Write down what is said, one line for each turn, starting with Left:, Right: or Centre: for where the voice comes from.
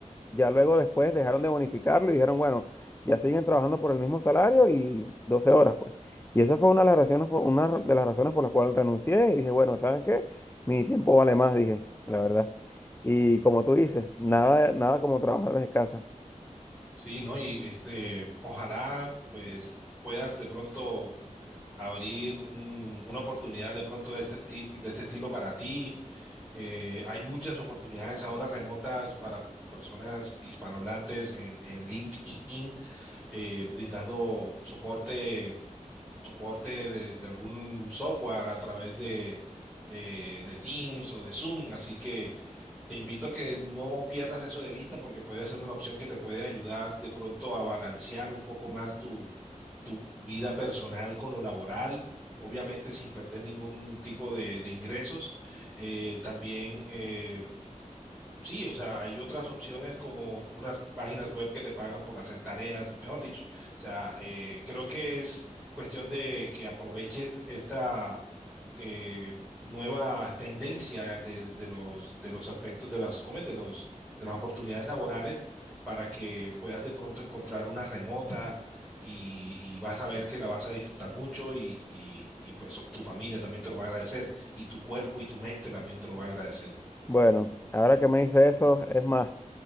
Left: ya luego después dejaron de bonificarlo y dijeron, bueno, ya siguen trabajando por el mismo salario y 12 horas, pues. Y esa fue una de las razones por, una de las razones por las cuales renuncié y dije, bueno, ¿saben qué? Mi tiempo vale más, dije, la verdad. Y como tú dices, nada, nada como trabajar desde casa.
Centre: sí, ¿no? Y este, ojalá, pues, puedas de pronto abrir un- una oportunidad de pronto de este tipo, de este estilo para ti. Eh, hay muchas oportunidades ahora remotas para personas hispanohablantes en, en LinkedIn, eh, brindando soporte soporte de, de algún software a través de, de, de Teams o de Zoom. Así que te invito a que no pierdas eso de vista porque puede ser una opción que te puede ayudar de pronto a balancear un poco más tu, tu vida personal con lo laboral. Obviamente sin perder ningún tipo de, de ingresos. Eh, también eh, Sí, o sea, hay otras opciones como unas páginas web que te pagan por hacer tareas, mejor dicho. O sea, eh, creo que es cuestión de que aproveches esta eh, nueva tendencia de, de los, de los aspectos de las, ¿cómo es? De los, de las oportunidades laborales para que puedas de pronto encontrar una remota y, y vas a ver que la vas a disfrutar mucho y, y, y pues tu familia también te lo va a agradecer y tu cuerpo y tu mente también te lo va a agradecer.
Left: Bueno, ahora que me dice eso, es más,